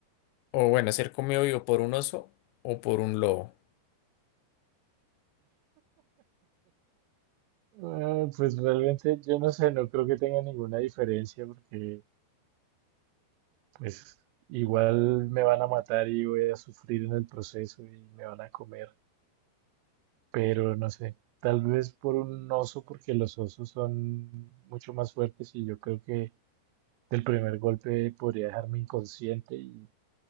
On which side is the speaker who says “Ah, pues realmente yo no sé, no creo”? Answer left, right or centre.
Right